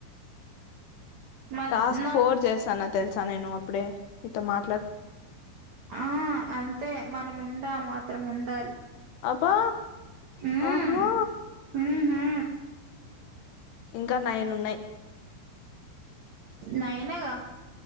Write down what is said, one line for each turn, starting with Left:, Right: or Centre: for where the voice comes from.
Right: మధ్న
Left: టాస్క్ ఫోర్ చేస్తాను నా తెలుస్ చా నేను అప్పుడే ఇ తో పా
Right: ఆ అంతే మనం ఉందా మాత్రం ఉండాలి
Left: అబా
Right: ఉమ్
Left: ఆహా
Right: ఉహు
Left: ఇంకా నాయనున్నయి
Right: నైన్ ఏ గదా